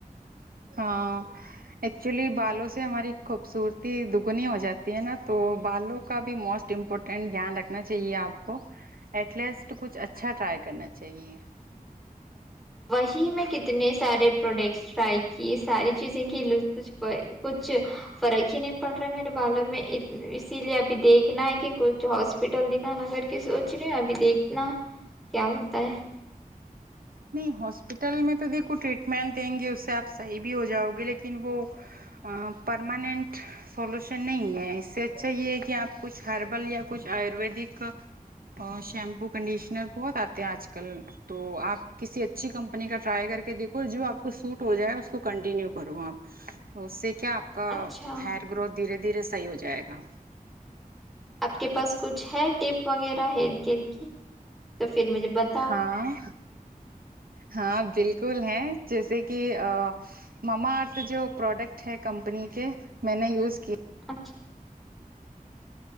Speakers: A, on the right; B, in the centre.
A: ا ایکچولی بالوں سے ہماری خوبصورتی دگنی ہو جاتی ہے نا تو بالوں کا بھی موسٹ امپورٹنٹ دھیان رکھنا چاہیے اپ کو ایٹ لیسٹ کچھ اچھا ٹرائی کرنا چاہیے
B: وشی میں کتنے سارے پروڈکٹس ٹائپ کی ساری چیزیں کی <unintelligible> کچھ فرق ہی نہیں پڑتا پڑھ رہا ہے میرے بالوں میں اسی لیے ابھی دیکھنا ہے کہ کچھ ہاسپٹل دکھانا کٹ کے سوچ رہے ہیں ابھی دیکھنا کیا ہوتا ہے
A: نہیں ہاسپٹل میں تو دیکھو ٹریٹمنٹ دیں گے اس سے اپ صحیح بھی ہو جاؤ گے لیکن وہ پرماننٹ سولوشن نہیں ہے اس سے اچھا یہ ہے کہ اپ کچھ ہربل یا کچھ ایوری کو شیمپو کنڈیشنر بہت اتے ہیں اج کل تو اپ کسی اچھی کمپنی کا ٹرائی کر کے دیکھو جو اپ کو سوٹ ہو جائے اس کو کنٹینیو کرو اپ اس اپ کا
B: اچھا
A: خیر گرو دھیرے دھیرے صحیح ہو جائے گا
B: اپ کے پاس کچھ ہے ٹپ وغیرہ ہیئر کل کی تو پھر مجھے بتاؤ
A: ہاں ہاں بالکل ہیں جیسے کہ مما اور تو جو پروڈکٹ ہے کمپنی کے میں نے یوز کی
B: <unintelligible>